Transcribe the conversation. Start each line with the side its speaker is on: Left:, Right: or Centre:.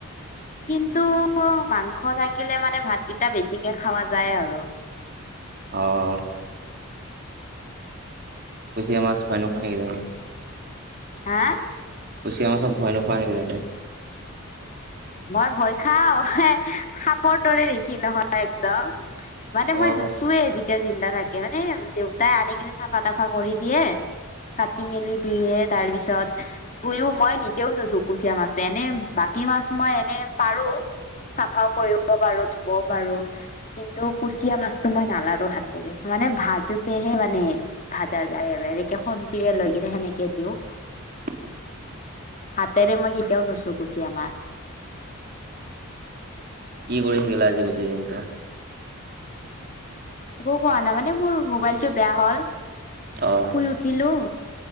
Left: কিন্তু, মাংস থাকিলে মানে ভাত কেইটা বেছিকে খোৱা যায় আৰু।
Right: অহ' কুচিয়া মাছ ভয় নোখোৱা নেকি তুমি?
Left: হা
Right: কুচিয়া মাছক ভয় নোখোৱা নেকি তেন্তে।
Left: মই ভয় খাওঁ, এ খাপৰ দৰে দেখি নহয় একদম। মানে
Right: অ'
Left: মই নুচোৱে, যেতিয়া জিন্দা থাকে, মানে দেউতাই আনি কিনে চাফা তাফা কৰি দিয়ে। কাটি মেলি দিয়ে। তাৰপিছত, ধুয়েও, মই নিজেও নুধো কুচিয়া মাছ, এনে বাকী মাছ মই এনে পাৰোঁ, চাফাও কৰিব পাৰোঁ, ধুবও পাৰোঁ। কিন্তু, কুচিয়া মাছটো মই নালাৰো হাতেৰে মানে ভাজোতেহে মানে। ভাজা যায় আৰু এনেকে খন্তিৰে লৈ কিনে সেনেকে দিওঁ।
Right: <inaudible>
Left: হাতেৰে মই কেতিয়াও নুচো কুচিয়া মাছ।
Right: কি কৰি থাকিলা আজি গোটেই দিনটো।
Left: একো কৰা নাই মানে মোৰ মোবাইলটো বেয়া হ'ল,
Right: অ',
Left: শুই উঠিলোঁ।